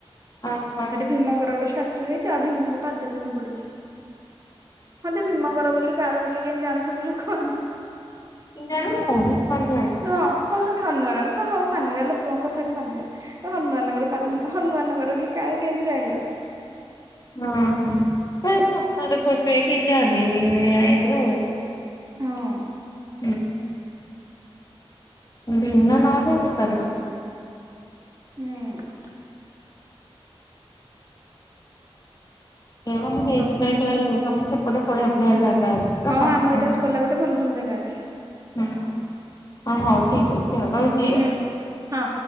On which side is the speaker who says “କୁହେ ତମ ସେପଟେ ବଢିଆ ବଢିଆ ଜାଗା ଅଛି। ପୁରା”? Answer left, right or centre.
Left